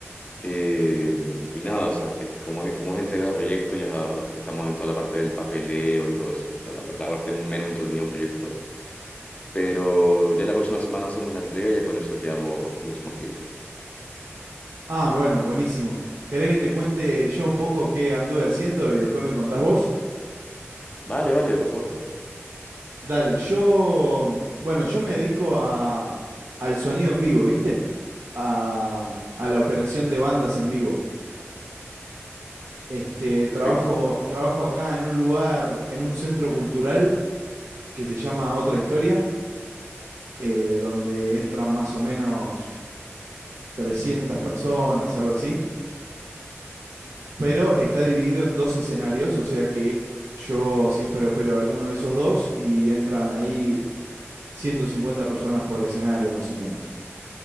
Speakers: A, on the left (about 25°); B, on the right (about 90°).
A: Eh, y nada, o sea, este, como es, como es entrega de proyecto, ya estamos en toda la parte del papeleo y todo eso. O sea, la, la- la parte menos entretenida de un proyecto. Pero ya la próxima semana hacemos la entrega y ya con eso quedamos mucho más libres.
B: Ah, bueno, buenísimo. ¿Querés que te cuente yo un poco qué anduve haciendo y después me contás vos?
A: Vale, vale, por supuesto.
B: Dale, yo, bueno, yo me dedico a, al sonido en vivo, ¿viste? A, a la operación de bandas en vivo. Este, trabajo,
A: Perfecto.
B: trabajo acá en un lugar, en un centro cultural que se llama Otra Historia, eh, donde entran más o menos 300 personas, algo así, pero está dividido en dos escenarios, o sea que yo siempre opero alguno de esos dos y entran ahí 150 personas por escenario, más o menos.